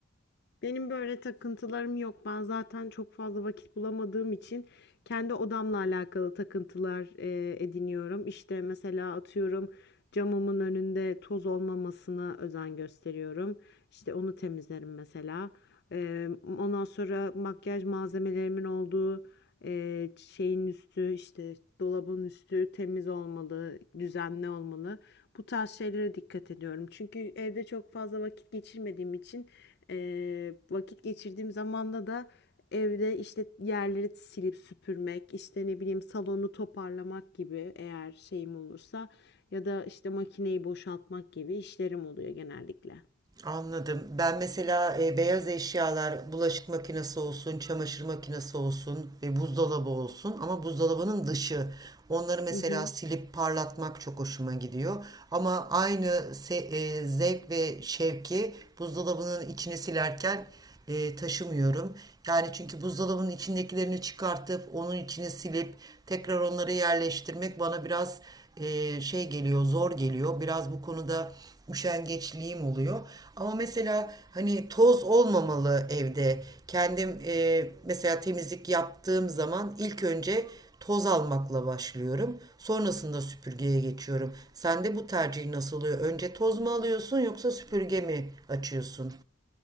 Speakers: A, on the left; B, on the right.
A: Benim böyle takıntılarım yok. Ben zaten çok fazla vakit bulamadığım için kendi odamla alakalı takıntılar e, ediniyorum. İşte mesela atıyorum camımın önünde toz olmamasına özen gösteriyorum. İşte onu temizlerim mesela. E, ondan sonra makyaj malzemelerimin olduğu e, şeyin üstü işte dolabın üstü temiz olmalı, düzenli olmalı. Bu tarz şeylere dikkat ediyorum. Çünkü evde çok fazla vakit geçirmediğim için ee, vakit geçirdiğim zamanda da evde işte yerleri silip süpürmek, işte ne bileyim salonu toparlamak gibi eğer şeyim olursa ya da işte makineyi boşaltmak gibi işlerim oluyor genellikle.
B: Anladım. Ben mesela e, beyaz eşyalar, bulaşık makinesi olsun, çamaşır makinesi olsun ve buzdolabı olsun ama buzdolabının dışı. Onları mesela
A: Hı hı.
B: silip parlatmak çok hoşuma gidiyor. Ama aynı se- e, zevk ve şevki buzdolabının içini silerken e, taşımıyorum. Yani çünkü buzdolabının içindekilerini çıkartıp onun içini silip tekrar onları yerleştirmek bana biraz e, şey geliyor, zor geliyor. Biraz bu konuda üşengeçliğim oluyor. Ama mesela hani toz olmamalı evde. Kendim e, mesela temizlik yaptığım zaman ilk önce toz almakla başlıyorum. Sonrasında süpürgeye geçiyorum. Sende bu tercih nasıl oluyor? Önce toz mu alıyorsun yoksa süpürge mi açıyorsun?